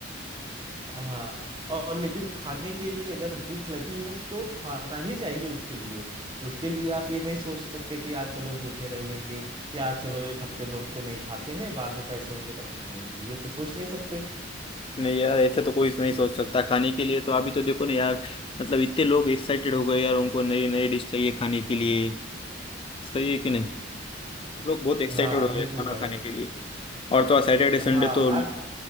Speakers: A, on the right (about 25°); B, on the left (about 30°).
A: हाँ और लेकिन खाने के लिए अगर भूख लगी है तो खाना ही चाहिए उसके लिए उसके लिए आप ये नहीं सोच सकते कि आज चलो भूखे रह लेंगे या आज चलो एक हफ्ते दो हफ्ते नहीं खाते हैं बाद में पैसे होंगे तब खाएंगे ये तो सोच नहीं सकते
B: नहीं यार ऐसे तो कोई नहीं सोच सकता खाने के लिए तो अभी तो देखो ना यार मतलब इतने लोग एक्साइटेड हो गए यार उनको नई नई डिश चाहिए खाने के लिए सही है कि नहीं लोग बहुत एक्साइटेड
A: हाँ
B: हो
A: बिल्कुल
B: गए खाना
A: भाई
B: खाने के लिए और तो सैटरडे संडे
A: हाँ
B: तो
A: आज